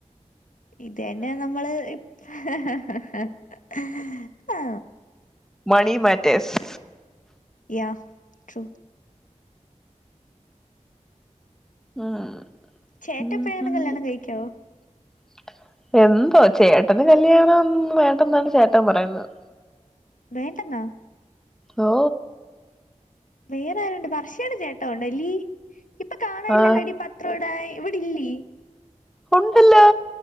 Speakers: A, on the left (about 85°); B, in the centre.
A: ഇത് തന്നെമ്മള് ഹ ഹ ഹ ഹ ഹ ആ
B: മണി മാറ്റസ്
A: ആ ട്രൂ
B: ഉം
A: ചേട്ടപ്പഴേങ്ങാൻ
B: ഉം ഉം
A: കല്യാണം കഴിക്കൊ
B: <unintelligible> എന്തോ ചേട്ടന് കല്യാണന്ന് വേണ്ടന്നാണ് ചേട്ടൻ പറയുന്നത്
A: വേണ്ടന്ന
B: ഓ
A: വേറെ ആരുണ്ട് വർഷയയുടെ ചേട്ടോണ്ടല്ലീ ഇപ്പൊ കാണല്ലല്ലോടി
B: ആ
A: പത്രോടാൻ ഇവിടെ ഇല്ലി
B: ഉണ്ടല്ലോ